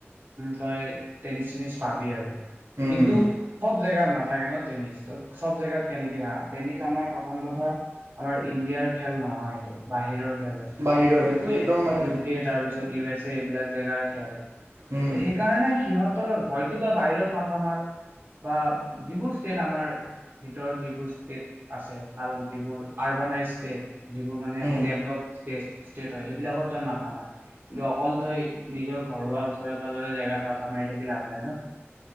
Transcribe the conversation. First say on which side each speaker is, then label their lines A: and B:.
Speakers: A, on the right; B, on the right.
A: তই টেনিছ চেনিছ পাবি আৰু
B: হম
A: কিন্তু
B: হ
A: চব জেগাত নাথাকে ন টেনিছ ত চব জেগাত কেনেকে আ টেনিছ আমাৰ প্ৰথম কথা আমাৰ ইণ্ডিয়াৰ খেল নহয় সেইটো বাহিৰৰ খেল হয়
B: বাহিৰৰ
A: ইউকে
B: এইটো একদম মানে
A: ইউকে তা পিছত ইউ এচ এঢ়এইবিলাক জেগাত সেইকাৰণে
B: উম,
A: সিহঁতৰ হয়তো তো বাহিৰত মাথা আমাৰ বা যিবোৰ ষ্টেট আমাৰ ভিতৰত যিবোৰ ষ্টেট আছে ভাল যিবোৰ আৰবানাইজ তে যিবোৰ মানে
B: উম।
A: ডেভলপ ষ্টেট <unintelligible> মাথা আমাৰ কিন্তু অকল তই নিজৰ ঘৰুৱা ওচৰে পাজৰে জেগাত মাথা মাৰি থাকিলে হয়, ন'।